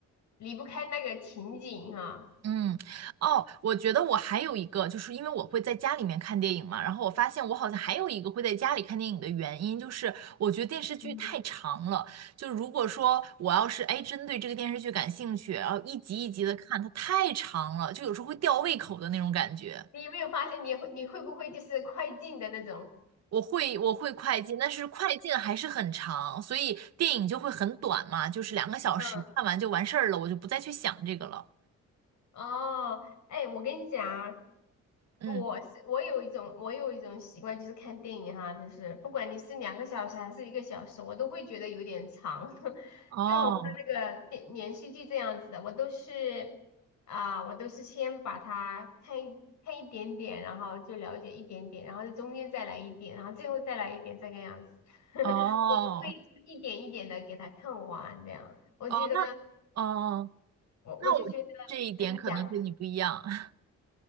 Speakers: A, on the left; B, on the right.
A: 离不开那个情景哈、
B: 嗯，哦，我觉得我还有一个，就是因为我会在家里面看电影嘛，然后我发现我好像还有一个会在家里看电影的原因，就是我觉得电视剧太长了，
A: 嗯。
B: 就如果说我要是哎针对这个电视剧感兴趣，然后一集一集的看，它太长了，就有时候会吊胃口的那种感觉。
A: 你有没有发现你会你会不会就是快进的那种？
B: 我会我会快进，但是快进还是很长，所以电影就会很短嘛，就是两个小时看完就完事儿了，
A: 嗯。
B: 我就不再去想这个了。
A: 哦，哎，我跟你讲啊，
B: 嗯，
A: 我是我有一种我有一种习惯，就是看电影哈，就是不管你是两个小时还是一个小时，我都会觉得有点长，<laughs>
B: 哦
A: 更何况那个电连续剧这样子的，我都是啊、我都是先把它看一看一点点，然后就了解一点点，然后在中间再来一点，然后最后再来一点，这个样子，<laughs>
B: 哦
A: 我不会一点一点的给它看完这样，我觉得
B: 哦哦。
A: 我我就觉得，
B: 那我这一点可能跟你不一样，
A: 哎，你讲。
B: <laughs>